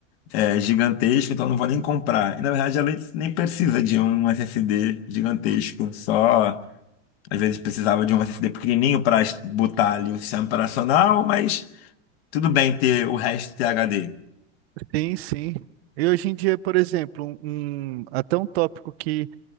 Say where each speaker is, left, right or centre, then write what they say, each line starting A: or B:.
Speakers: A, on the left; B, on the right.
A: é, gigantesco, então não vou nem comprar. E na verdade ela nem precisa de um SSD gigantesco, só às vezes precisava de um SSD pequenininho para botar ali o sistema operacional, mas tudo bem ter o resto ter HD.
B: Sim, sim. E hoje em dia, por exemplo, um, um- até um tópico que